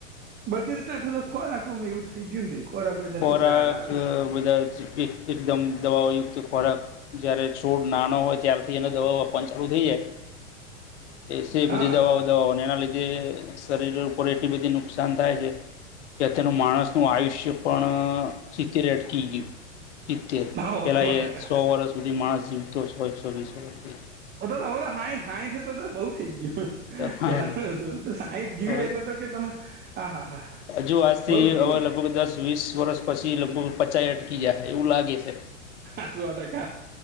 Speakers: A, on the right; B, on the left.
A: બધી રીતના થતો ખો રાખો મે એવું થઈ ગયું ને ભાઈ ખોરાક કોઈ તો
B: ખોરાક
A: ચો કોઈ હાર આવી.
B: બધા જ એક એકદમ દવાઓયુક્ત ખોરાક જયારે છોડ નાનો હોય ત્યારથી એને દવાઓન ચાલુ થઈ જાય તે
A: હા
B: બધી દવાઓ દવાઓ અને એના લીધે શરીર ઉપર એટલી બધી નુકસાન થાય છે. ત્યા તેનું માણસનું આયુષ્ય પણ સિતતેરે અટકી ગયું. ચિતતેર
A: ભાવ
B: પેલા
A: સો
B: એ
A: ટકા
B: સો વર્ષ સુધી માણસ જીવતો છ એકસો વીસ વર્ષથી
A: ઓ તો તો તો હાઈઠાાઈઠ તો બઉુ થઈ ગયુ.
B: હા
A: પેલા સાઈઠ જીવ્યા
B: હવે
A: એટલે તો કે તમે હા હા હા.
B: હજુ આજથી
A: બઉ જીવ્યા
B: હવે લગભગ દસ વીસ વરષ પછી લગભગ પચાય અટકી ગયા હ એવું લાગે છે.
A: હ સો ટકા